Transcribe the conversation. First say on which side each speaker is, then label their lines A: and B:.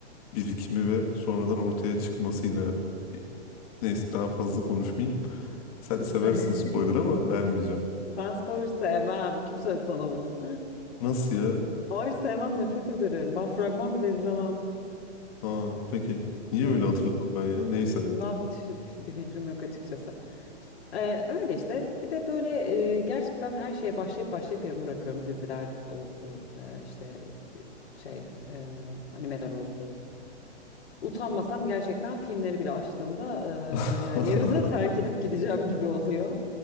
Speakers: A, on the left; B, on the left.
A: birikimi ve sonradan ortaya çıkmasıyla E, neyse daha fazla konuşmayayım. Sen
B: <laughs>
A: seversin spoiler ama vermeyeceğim.
B: Ben spoiler sevmem. Kim söyledi sana bunu?
A: Nasıl ya?
B: Hayır sevmem, nefret ederim. Ben fragman bile izlemem.
A: Ha peki. Niye
B: Hı
A: öyle
B: hı.
A: hatırladım ben ya? Neyse.
B: Bilmem hiç bir fikrim yok açıkçası. Ee, öyle işte. Bir de böyle e, gerçekten her şeye başlayıp başlayıp yarım bırakıyorum. Diziler olsun, e, işte e, şey, e, animeler olsun. Utanmasam gerçekten filmleri bile açtığımda
A: <laughs>
B: eee, yani yarıda terk edip gideceğim gibi oluyor.